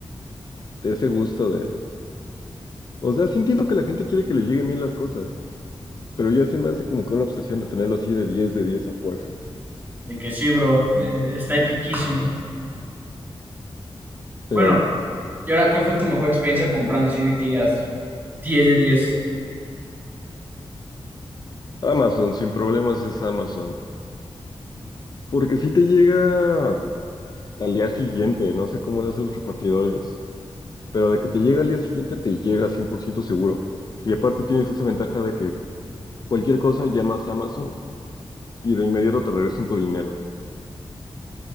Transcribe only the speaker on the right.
De que sí, bro, eh, eh, está epiquísimo.
Bueno, y ahora, ¿cuál fue tu mejor experiencia comprando? Así de que digas diez de diez